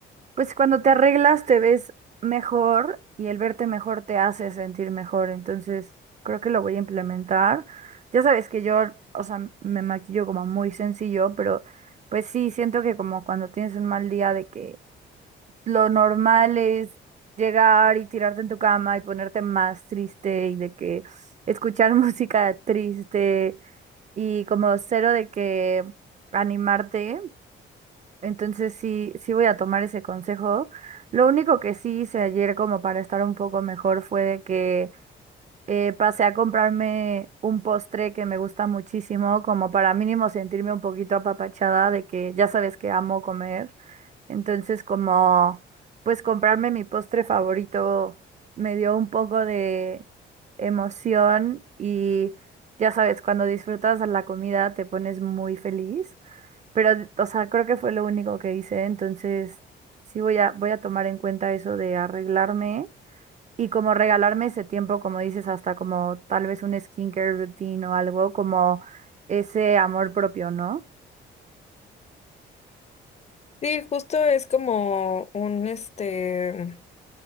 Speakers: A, on the right (about 35°); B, on the left (about 35°).
A: Pues cuando te arreglas te ves mejor y el verte mejor te hace sentir mejor. Entonces, creo que lo voy a implementar. Ya sabes que yo, o sea, me maquillo como muy sencillo, pero pues sí, siento que como cuando tienes un mal día de que lo normal es llegar y tirarte en tu cama y ponerte más triste y de que escuchar <laughs> música triste y como cero de que animarte. Entonces sí, sí voy a tomar ese consejo. Lo único que sí hice ayer como para estar un poco mejor fue de que eh, pasé a comprarme un postre que me gusta muchísimo, como para mínimo sentirme un poquito apapachada de que ya sabes que amo comer. Entonces como pues comprarme mi postre favorito me dio un poco de emoción y ya sabes, cuando disfrutas la comida te pones muy feliz. Pero, o sea, creo que fue lo único que hice, entonces sí voy a, voy a tomar en cuenta eso de arreglarme y como regalarme ese tiempo, como dices, hasta como tal vez un skincare routine o algo, como ese amor propio, ¿no?
B: Sí, justo es como un, este...